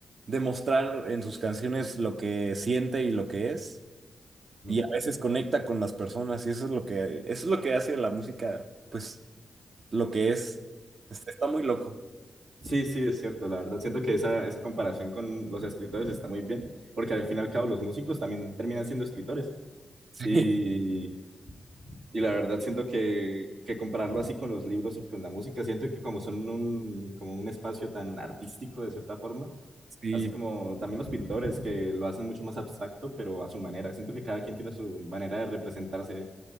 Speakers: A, on the right; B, on the right.
A: demostrar en sus canciones lo que siente y lo que es.
B: mm.
A: y a veces conecta con las personas y eso es lo que, eso es lo que hace la música, pues lo que es. Está, está muy loco.
B: Sí, sí, es cierto, la verdad. Siento que esa, esa comparación con los escritores está muy bien, porque al fin y al cabo los músicos también terminan siendo escritores.
A: <laughs>
B: Y, y la verdad siento que, que compararlo así con los libros y con la música, siento que como son un, como un espacio tan artístico de cierta forma,
A: Sí,
B: así
A: sí,
B: como también los pintores que lo hacen mucho más abstracto, pero a su manera. Siento que cada quien tiene su manera de representarse,